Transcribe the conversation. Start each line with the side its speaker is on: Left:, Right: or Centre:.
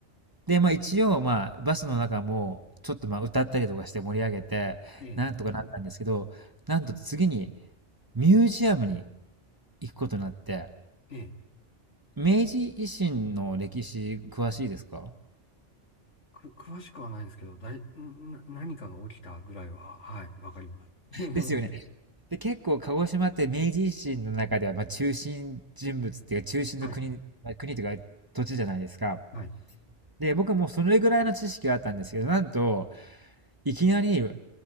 Right: で、まあ一応、まあバスの中も、ちょっとまあ歌ったりとかして盛り上げて、
Left: ええ、
Right: なんとかなったんですけど、なんと次にミュージアムに行くことになって、
Left: ええ。
Right: 明治維新の歴史詳しいですか
Left: く、詳しくはないんですけど、だい、んな、何かが起きたぐらいは、はい、わかります。<laughs>
Right: ですよね。で、結構鹿児島って明治維新の中ではまあ中心人物っていうか中心の国、
Left: はい、
Right: まあ、国というか土地じゃないですか。
Left: はい。
Right: で、僕はもうそれぐらいの知識があったんですけど、なんと、いきなり